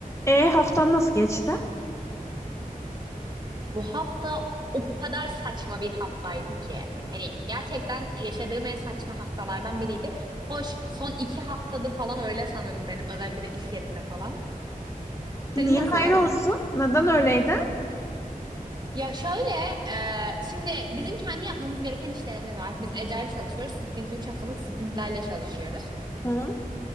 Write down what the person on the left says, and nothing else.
E haftan nasıl geçti?
Niye
hayır olsun? Neden öyleydi?
Hı.